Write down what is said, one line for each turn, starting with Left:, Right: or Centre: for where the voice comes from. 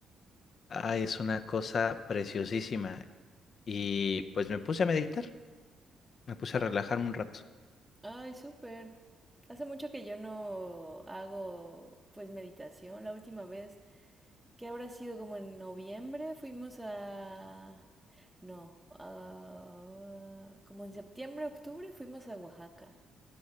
Left: Ay, es una cosa preciosísima. Y pues me puse a meditar, me puse a relajarme un rato.
Centre: Ay, súper. Hace mucho que yo no hago pues meditación. La última vez que habrá sido como en noviembre fuimos a... No, a- como en septiembre, octubre fuimos a Oaxaca,